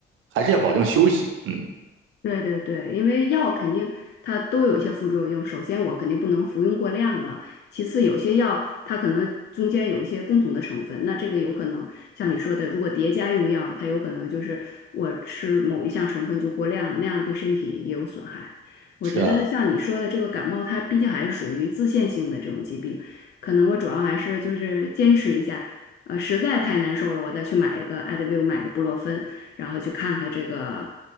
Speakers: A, on the right; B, on the left.
A: 还是要保证休息。嗯，
B: 对对对，因为药肯定它都有一些副作用。首先，我肯定不能服用过量了。其次，有些药它可能中间有一些共同的成分，那这个有可能像你说的，如果叠加用药，它有可能就是我吃某一项成分就过量了，那样对身体也有损害。我觉得像你说的这个感冒，
A: 是啊，
B: 它毕竟还是属于自限性的这种疾病，可能我主要还是就是坚持一下，呃，实在太难受了，我再去买一个艾德维，买一个布洛芬。然后去看看这个